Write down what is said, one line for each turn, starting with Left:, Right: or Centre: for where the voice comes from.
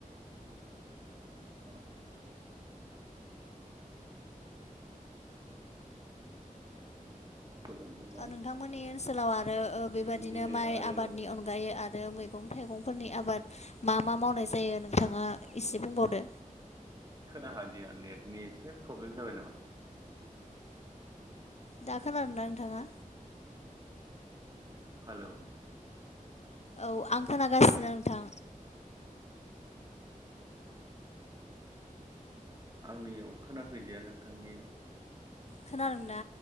Right: औ जोबोद मोजां
Left: नोंथांमोननि ओनसोलाव आरो बेबाददिनो
Right: बिदिनो
Left: माइ
Right: आरो
Left: आबादनि अनगायै आरो मैगं थाइगंफोर फोरनि आबाद मा मा मावनाय जायो नोंथाङा एसे बुंबावदो।
Right: खोना हादिया नेटनि एसे प्रब्लेम जाबाय नामा?
Left: दा खोना दोंना नोंथाङा?
Right: हेल'।
Left: औ आं खोनागासिनो नोंथां
Right: आंनियाव खोनाफैदिया नोंथांनि
Left: खोनादों ना?